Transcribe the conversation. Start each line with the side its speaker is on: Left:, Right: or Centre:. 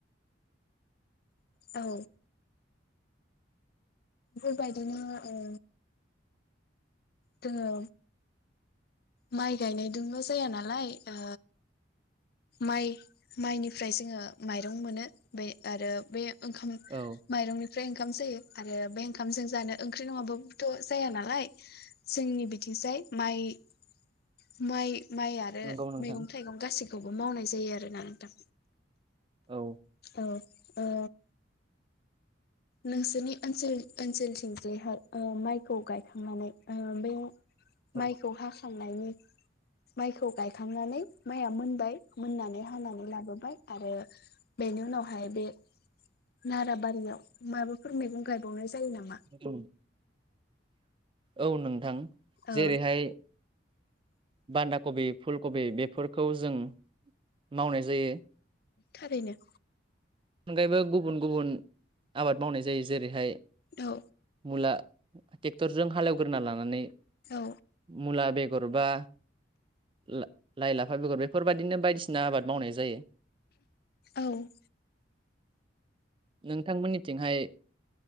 Left: औ बे बायदिना ओ जोंङो माइ गायनायदोंल' जाया नालाय ओ माइ माइनिफ्राय जोंङो माइरं मोनो बे आरो बे ओंखाम
Right: औ
Left: माइरंनि फ्राय ओंखाम जायो आरो बे ओंखामजों जानो ओंख्रि नङाबा बोथ' जाया नालाय जोंनि बिथिंजाय माइ-माइ माइ आरो
Right: नंगौ नोंथां
Left: मैगं थाइगं गासै खौबो मावनाय जायो आरोना नोंथां।
Right: औ
Left: औ ओ नोंसोरनि ओनसोल-ओनसोलथिंजायहाय ओ माइखौ गायखांनानै ओ बे
Right: औ
Left: माइखौ हा खांनायनि माइखौ गायखांनानै माइआ मोनबाय मोननानै हानानै लाबोबाय आरो बेनि उनावहाय बे नाराबारियाव माबाफोर मैगं गायबावनाय जायो नामा?
Right: अम औ नोंथां
Left: ओ
Right: जेरैहाय बान्दा कबि फुल कबि बेफोरखौ जों मावनाय जायो।
Left: थारैनो
Right: अनगायैबो गुबुन-गुबुन आबाद मावनाय जायो जेरैहाय
Left: औ
Right: मुला टेक्ट'रजों हालेवग्रोना लानानै
Left: औ
Right: मुला बे गरबा ला-लाय लाफा बेगर बेफोरबादिनो बायदिसिना आबाद मावनाय जायो।
Left: औ
Right: नोंथांमोननिथिंहाय